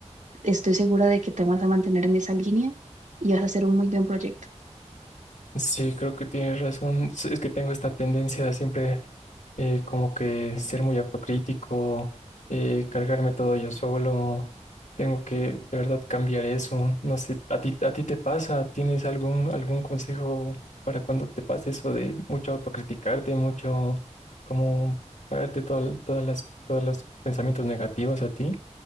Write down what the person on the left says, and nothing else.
Sí, creo que tienes razón. S- Es que tengo esta tendencia a siempre eh, como que ser muy autocrítico, eh, cargarme todo yo solo. Tengo que de verdad cambiar eso. No sé, ¿a ti, a ti te pasa? ¿Tienes algún, algún consejo para cuando te pase eso de mucho autocriticarte, mucho como cargarte todo, el- todas las, todos los pensamientos negativos a ti?